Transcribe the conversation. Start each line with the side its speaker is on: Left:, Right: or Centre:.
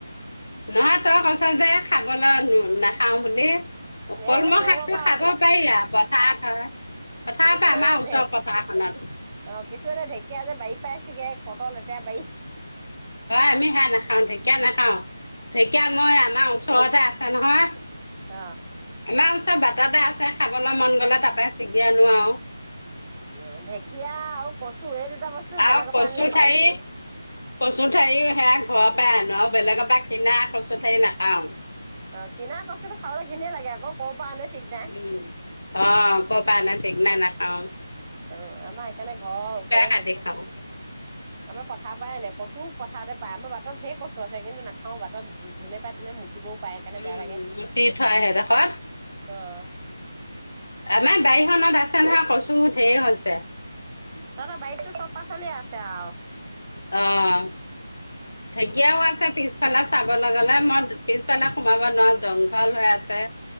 Left: নহয় তই কৈছ যে, খাবলৈ নাখাওঁ বুলি। কলমৌ
Right: এ ন ক'ৰ
Left: শাকটো
Right: পৰা
Left: খাব পাৰি আৰু পথাৰত হয়। পথাৰৰ
Right: কিছুমানৰ
Left: পৰা আমাৰ ওচৰৰ
Right: ঢেক অ',
Left: পথাৰখনত
Right: কিছুমানে ঢেকীয়া, যে বাৰী পাই চিঙে কত লেতেৰা বাৰী
Left: অ', আমি সেইয়া নাখাওঁ, ঢেকীয়া, নাখাওঁ। ঢেকীয়া, মই আমাৰ ওচৰতে আছ আছে নহয়
Right: আঃ
Left: আমাৰ বাটতে আছে খাবলৈ মন গ'লে তাপাই চিগি এতিয়া নোৱোৰো
Right: অঁঃ ঢেকীয়া, আৰু কচু এই
Left: উ
Right: দুটা বস্তু
Left: আৰু
Right: বেলেগৰ
Left: কচু
Right: পৰা আনিলে খাবলৈ
Left: ঠাৰি কচু ঠাৰিও সেয়া ঘৰত টাপাই আনো আৰু বেলেগৰ পৰা কিনা কচু ঠাৰি নাখাওঁ।
Right: অ কিনাাৰ বস্তূতো খাবলৈ ঘিনে লাগে আকৌ ক'ব পৰা আনে ঠিক নাই
Left: উম অঁঃ ক পৰা আনে ঠিক নাই না আৰু
Right: অ আমাৰ সেইকাৰণে ঘৰৰ ওচৰতে
Left: কাটি
Right: থাকে
Left: খাওঁ
Right: আমাৰ পথাৰৰ পৰাই আনে কচু পথাৰতে পায় আমাৰ বাটত ধেই কছো আছে কিন্তু নাখাও বাটত যোনে পাই তেনে মুতে মুতিবও পায় সেইকাৰণে
Left: উম
Right: বেয়া লাগে
Left: গুটি থয় সেইডোখৰত
Right: অঁঃ
Left: আমাৰ বাৰিখনত আছে ন কচু ঢেৰ হৈছে।
Right: তাত বাৰিততো চব পাচলিয়ে আছে আৰু
Left: অঁঃ ঢেকীয়াও আছে পিছফালত- চাবলৈ গলে মই পিছফালে সোমাব নোৱাৰো জংঘল হৈ আছে।